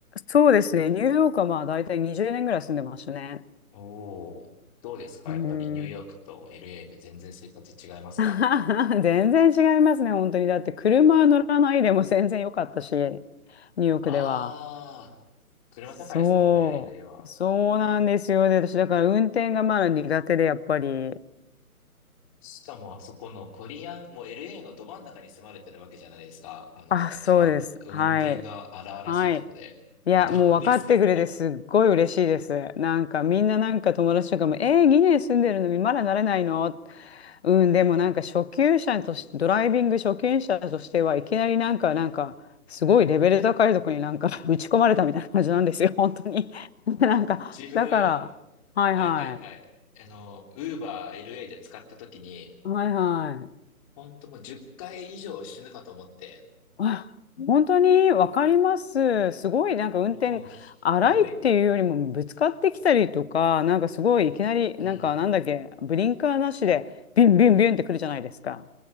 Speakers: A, on the left (about 45°); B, on the left (about 25°).
A: そうですね、ニューヨークはまあ大体20年ぐらい住んでましたね。
B: おー、どうですかやっぱりニューヨークと
A: うーん。
B: LA で全然生活違いますか
A: <laughs> 全然違いますね、本当に。だって車乗らないでも全然良かったし、ニューヨークでは。
B: あー、車社会ですもんね、
A: そう、
B: LA は。
A: そうなんですよ。で、私だから運転がまだ苦手で、やっぱり。
B: しかもあそこのコリアン、もう LA のど真ん中に住まれてるわけじゃないですか。あの、
A: あ、そうです。
B: 一番運転が荒々しいとこで。
A: はい。はい。いや、
B: どうですか
A: もう分かってくれてすっごい嬉しいです。
B: <laughs>
A: なんかみんななんか友達とかも、えー、2年住んでるのにまだなれないのうん、でもなんか初級者として、ドライビング初級者としてはいきなりなんか、なんか、すごいレベル高いとこになんか <laughs> 打ち込まれたみたいな感じなんですよ、本当に。<laughs> なんか、
B: 自分、
A: だから、はいはい。
B: はいはいはい。あの、ウーバー LA で使った時に、
A: はいはい。
B: ほんともう10回以上死ぬかと思って、
A: あ、本当にわかります。すごいなんか運転荒いっていうよりもぶつかってきたりとか、
B: もうひどい。
A: なんかすごいいきなりなんかなんだっけ、
B: うん。
A: ブリンカーなしでビンビンビンってくるじゃないですか。